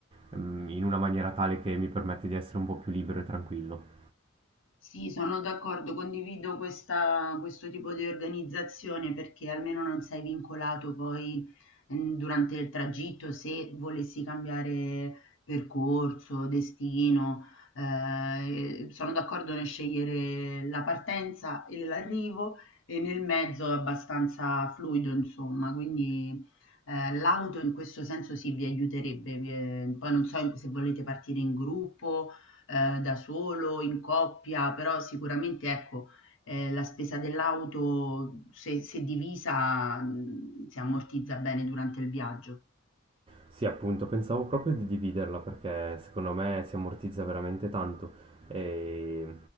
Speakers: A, on the right; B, on the left.
A: ehm, in una maniera tale che mi permette di essere un po' più libero e tranquillo.
B: Sì, sono d'accordo, condivido questa, questo tipo di organizzazione perché almeno non sei vincolato poi mm, durante il tragitto se volessi cambiare percorso, destino. eh, sono d'accordo nel scegliere la partenza e l'arrivo e nel mezzo è abbastanza fluido, insomma, quindi eh, l'auto in questo senso sì vi aiuterebbe. vi- eh, poi non so se volete partire in gruppo ehm, da solo, in coppia, però sicuramente ecco, ehm, la spesa dell'auto se se divisa, mhmm, si ammortizza bene durante il viaggio.
A: Sì, appunto, pensavo proprio di dividerla perché secondo me si ammortizza veramente tanto. E